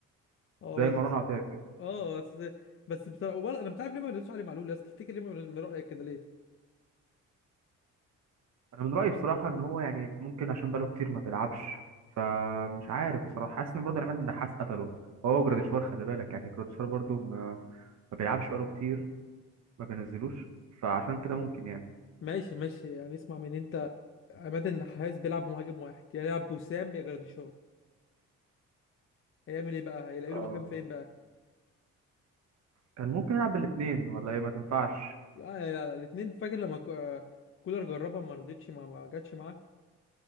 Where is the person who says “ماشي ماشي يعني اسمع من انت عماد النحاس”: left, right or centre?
Left